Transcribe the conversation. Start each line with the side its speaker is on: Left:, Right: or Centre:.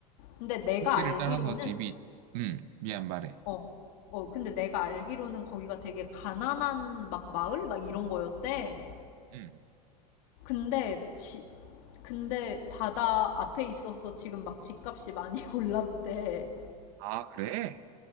Left: 근데 내가
Right: 길을
Left: 알기로는
Right: 따라서 집이, 응, 미안 말해.
Left: 어, 어, 근데 내가 알기로는 거기가 되게 가난한 막 마을 막 이런 거였대.
Right: 응.
Left: 근데 지, 근데 바다 앞에 있어서 지금 막 집값이 많이 <laughs> 올랐대.
Right: 아, 그래?